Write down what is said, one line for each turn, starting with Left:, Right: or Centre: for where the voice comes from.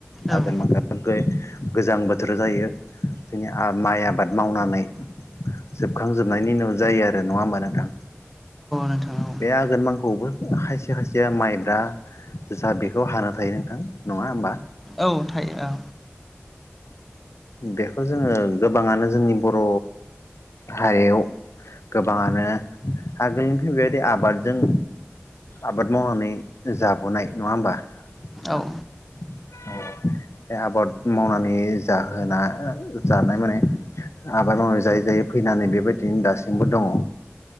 Left: आघोन
Centre: औ
Left: <unintelligible> गोजां बोथोर जायो जोंनि आ माइ आबाद मावनानै। जोबखांजोबनायनि उनाव जायो आरो नङा होमबा नोंथां
Centre: नोंथां औ
Left: बे आघोन मांखौआवबो खायसे खायसेया माइब्रा जुसा बेखौ हानो थायो नोंथां नङा होमबा।
Centre: औ थायो ओ
Left: बेखौ जोङो गोबाङानो जोंनि बर' हारियाव गोबाङानो आगोलनिफ्राय बेबायदि आबादजों आबाद मावनानै जाबोनाय नङा होमबा? नोंथां
Centre: औ।
Left: <unintelligible> बे आबाद मावनानै। बे जाहोना जानाय माने आबाद मावनाय जायै जायै फैनानै बेबायदिनो दासिमबो दङ,